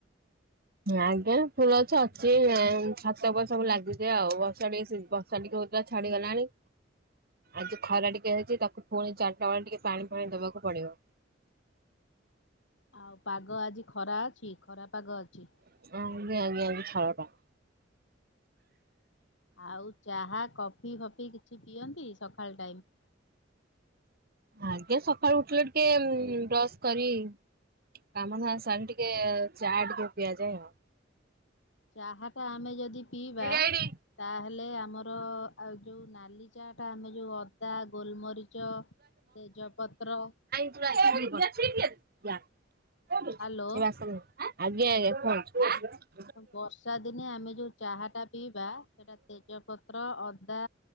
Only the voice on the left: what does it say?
ଆଉ ପାଗ ଆଜି ଖରା ଅଛି ଖରା ପାଗ ଅଚି।
<inaudible> ଆଉ ଚାହା କଫି ଫଫି କିଛି ପିଅନ୍ତି ସଖାଳ ଟାଇମ୍?
ଚାହାଟ ଆମେ ଯଦି ପିଇବା
ତାହେଲେ ଆମର ଆଉ ଯୋଉ ନାଲି ଚାଟା ଆମେ ଯୋଉ ଅଦା ଗୋଲମରିଚ ତେଜପତ୍ର
ହାଲୋ
ବର୍ଷା ଦିନେ ଆମେ ଯୋଉ ଚାହାଟା ପିଇବା ସେଟା ତେଜପ ପତ୍ର ଅଦା